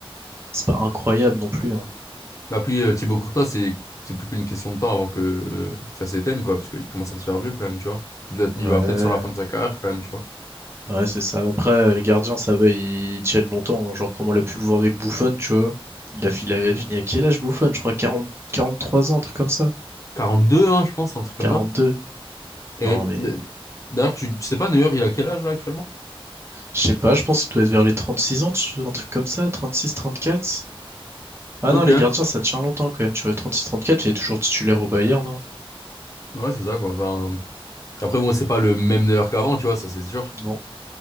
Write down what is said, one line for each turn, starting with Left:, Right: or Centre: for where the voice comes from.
Right: c'est pas incroyable non plus, hein.
Left: Bah, puis euh, Thibaut Courtois, c'est c'est plus qu'une question de temps avant que, que ça s'éteigne, quoi, parce qu'il commence à se faire vieux, quand même, tu vois. C'est peut-être-
Right: Ouais.
Left: Il va peut-être sur la fin de sa carrière, quand même, tu vois.
Right: Ouais, c'est ça. Après, les gardiens, ça va, ils tiennent longtemps. hein. Genre, comme on l'a pu le voir avec Buffon, tu vois. Il a, fi- il avait
Left: Mm.
Right: fini à quel âge, Buffon? Je crois quarante quarante trois ans, un truc comme ça.
Left: 42, hein, je pense, un truc comme
Right: quarante
Left: ça.
Right: deux
Left: Et
Right: Non, mais
Left: d- d'ailleurs, tu, tu sais pas, Neuer, il a quel âge là actuellement?
Right: je sais pas, je pense qu'il doit être vers les 36 ans, tu- un truc comme ça, trente six trente quatre Ah
Left: Ok.
Right: non, les
Left: Ouais,
Right: gardiens, ça tient longtemps quand même, tu vois. trente six trente quatre il est toujours titulaire au Bayern, non?
Left: c'est ça quoi. Enfin, après, bon, c'est pas le même Neuer qu'avant, tu vois, ça c'est sûr.
Right: Non.